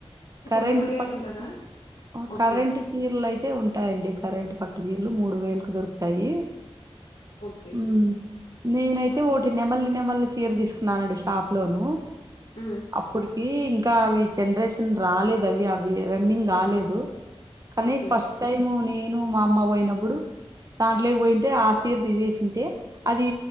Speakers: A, on the left; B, on the right.
A: ఒక
B: కరెంట్
A: మూడు వేలు
B: పట్టు
A: ఉంటదా
B: చీర్ ఆ
A: ఓకే
B: కరెంట్ చీ చీరలు అయితే ఉంటాయండి కరెంట్ పట్టు చీరలు మూడు వేలకు దొరుకుతాయి
A: ఓకే
B: ఉమ్ నేనైతే ఒకటి నెమల్లి నెమల్లి చీర తీసుకున్నానండి టాప్లో నూ
A: ఊ
B: ప్పటికి ఇంకా అవి జనరేషన్ రాలేదు అవి అవి రన్నింగ్ రాలేదు కానీ
A: ఓకే
B: ఫస్ట్ టైము నేను మా అమ్మ పోయినప్పుడు దాంట్లోకి పోయింటే ఆ శీర్ తీసేసింటే అది